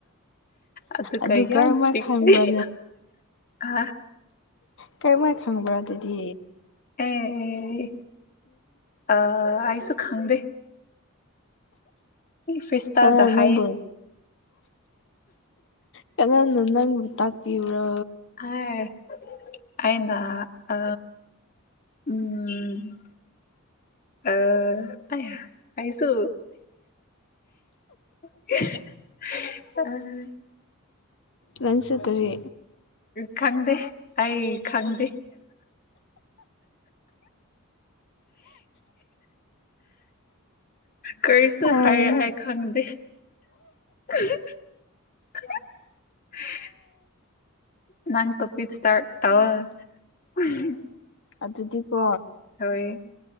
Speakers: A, on the left; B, on the left.
A: ꯑꯗꯨꯒ
B: ꯑꯗꯨ
A: ꯌꯥꯝ
B: ꯀꯔꯝꯃꯥꯏ
A: 'unintelligible'
B: ꯈꯪꯕ꯭ꯔꯥ
A: ꯑ꯫
B: ꯀꯔꯤꯃꯥꯏ ꯈꯪꯕ꯭ꯔ ꯑꯗꯨꯗꯤ꯫
A: ꯑꯦ ꯑ ꯑꯩꯁꯨ ꯈꯪꯗꯦ꯫ ꯐꯤꯁꯇꯥꯗ
B: ꯀꯅꯥꯅ
A: ꯍꯥꯏꯌꯦ꯫
B: ꯅꯪꯕꯨ ꯀꯅꯥꯅ ꯅꯪꯕꯨ ꯇꯥꯛꯄꯤꯕ꯭ꯔꯣ꯫
A: ꯑꯥꯏ꯫ ꯑꯩꯅ ꯑ ꯎꯝ꯫ ꯑ ꯑꯩ ꯑꯩꯁꯨ <unintelligible>
B: ꯅꯪꯁꯨ ꯀꯔꯤ
A: ꯈꯪꯗꯦ ꯑꯩ ꯈꯪꯗꯦ ꯀꯔꯤꯁꯨ
B: ꯑꯣꯏ
A: ꯍꯥꯏꯔꯑꯏ ꯈꯪꯗꯦ <unintelligible> ꯅꯪ ꯇꯣꯄꯤꯛꯁꯇꯔ ꯇꯧ
B: ꯑꯗꯨꯗꯤꯀꯣ꯫
A: ꯍꯣꯏ